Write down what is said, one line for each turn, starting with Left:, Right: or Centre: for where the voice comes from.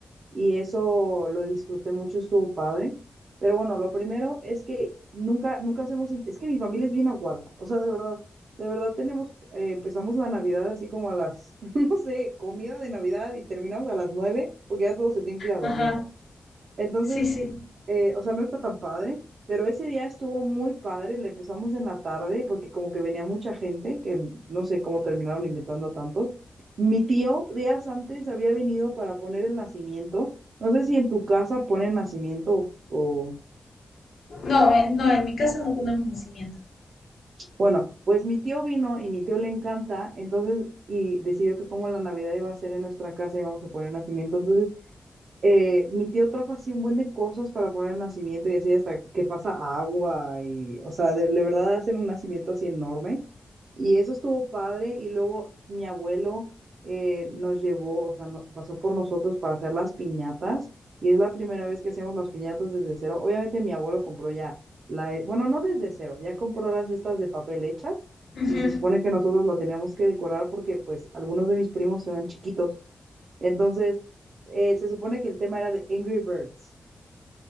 Right: y eso lo disfruté mucho, estuvo padre. Pero bueno, lo primero es que nunca, nunca hacemos, in- es que mi familia es bien aguada, o sea, de verdad, de verdad tenemos, eh, empezamos la Navidad así como a las, <laughs> no sé, comida de Navidad y terminamos a las nueve porque ya todos se tienen que ir a dormir.
Left: Ajá,
Right: Entonces,
Left: sí, sí.
Right: eh, o sea, no está tan padre, pero ese día estuvo muy padre, le empezamos en la tarde porque como que venía mucha gente, que no sé cómo terminaron inventando a tantos. Mi tío días antes había venido para poner el nacimiento, no sé si en tu casa ponen nacimiento o...
Left: No, eh, no, en mi casa no ponemos nacimiento.
Right: Bueno, pues mi tío vino y mi tío le encanta, entonces, y decidió que como la Navidad iba a ser en nuestra casa íbamos a poner nacimiento, entonces eh, mi tío trajo así un buen de cosas para poner el nacimiento y así hasta que pasa agua y, o sea, de, de verdad hacen un nacimiento así enorme. Y eso estuvo padre y luego mi abuelo eh, nos llevó, o sea, no- pasó por nosotros para hacer las piñatas y es la primera vez que hacemos las piñatas desde cero. Obviamente mi abuelo compró ya la, he- bueno, no desde cero, ya compró las estas de papel hechas
Left: Ujú.
Right: y se supone que nosotros lo teníamos que decorar porque pues algunos de mis primos eran chiquitos. Entonces, eh, se supone que el tema era de Angry Birds.